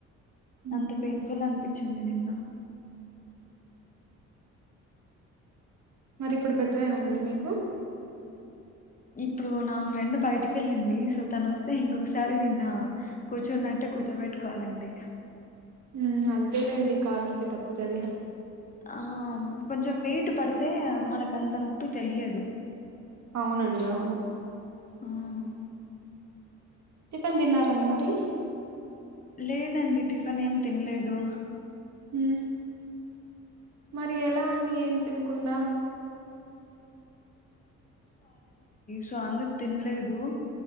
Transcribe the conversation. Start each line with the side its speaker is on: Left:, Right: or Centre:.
Right: హ్మ్.
Left: అంత పెయిన్ఫుల్ అన్పి చ్చింది నిన్న
Right: మరి ఇప్పుడు బెటరేనా అండి మీకు
Left: ఇప్పుడు నా ఫ్రెండ్ బయటికెళ్ళింది సో తను వస్తే ఇంకొకసారి నిన్న కూర్చున్నట్టే కూర్చోబెట్టు కోవాలండి
Right: ఊ అదేలేండి కాలు నొప్పి తక్కుతది
Left: ఆం కొంచెం వెయిట్ పడితే మనకు అంత నొ ప్పి తెలియదు
Right: అవునండి అవును
Left: ఆ
Right: టిఫెన్ తిన్నారా అండి మరి
Left: లేదండి టిఫిన్ ఏం తినలేదు
Right: ఉ మరి ఎలా అండి ఏం తిను కుడా
Left: సంద తినలేదు